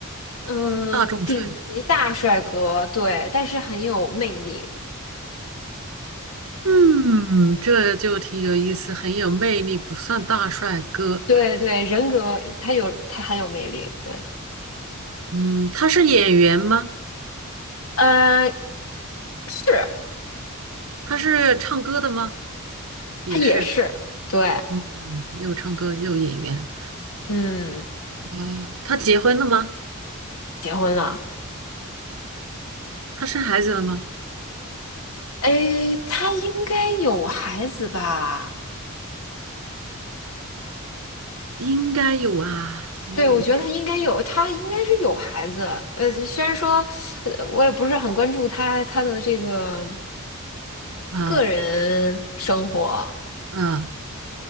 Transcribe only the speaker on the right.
大众帅。
嗯，这就挺有意思，很有魅力，不算大帅哥。
嗯，他是演员吗？
他是唱歌的吗？也是，
嗯，又唱歌又演员。
啊、他结婚了吗？
他生孩子了吗？
应该有啊，你你
啊
啊